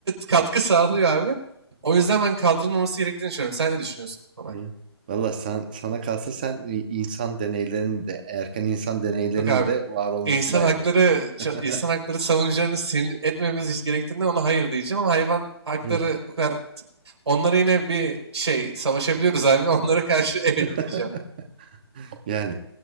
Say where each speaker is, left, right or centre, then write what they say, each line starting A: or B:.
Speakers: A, on the right; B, on the right.
A: katkı sağlıyor abi. O yüzden ben kaldırılmaması gerektiğini düşünüyorum. Sen ne düşünüyorsun bu konu
B: Evet. Valla sen, sana kalsa sen i- insan deneylerinin de erken insan deneylerinin
A: Yok abi.
B: de var olmasından
A: İnsan hakları
B: yanasın.
A: ça-
B: <laughs>
A: insan hakları savunucularını sinir etmememiz hiç gerektiğinden ona hayır diyeceğim ama hayvan hakları
B: Hı.
A: o kadar onlara yine bir şey savaşabiliyoruz abi <laughs> onlara karşı evet
B: <laughs>
A: diyeceğim.
B: Yani